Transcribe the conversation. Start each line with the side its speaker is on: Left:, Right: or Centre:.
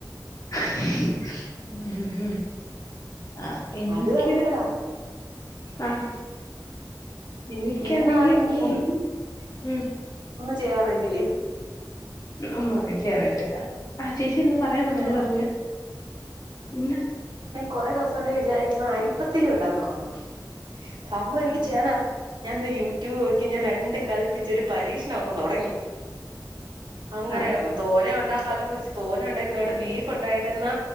Left: ഹ്മ്മ് ആഹ് എനിക്ക്
Right: അത് പറഞ്ഞപ്പളാ
Left: ആഹ് എനിക്കതില്
Right: ഇന്നാണെങ്കി
Left: ഒന്നു ഉം
Right: ചെയ്യാറ് ഇതില്
Left: ഒന്നും ചെയ്യാ അറിയത്തില്ല ചേച്ചി എന്ന് പറയാൻ വന്നലെ
Right: ആഹ്
Left: പറഞ്ഞ പിന്നെ
Right: കുറേ ദിവസം കൊണ്ട് വിചാരിക്കുന്ന അരിപ്പത്തിരി ഉണ്ടാക്കണംന്ന് സംഭവം
Left: ആഹ്
Right: എനിക്ക് ചെയ്യാൻ അറി ഞാനിന്ന് യൂട്യൂബ് നോക്കി ഞാൻ രണ്ടും കല്പ്പിച്ചൊരു പരീക്ഷണം അങ്ങ് തൊടങ്ങി. അങ്ങനെ
Left: ആഹ്
Right: തോരെ ഒണ്ടാക് കലം വെച്ച് തോനെയൊണ്ടാക് ക്കിയതോടെ ബീഫ് ഉണ്ടായോണ്ട് നിന്നാ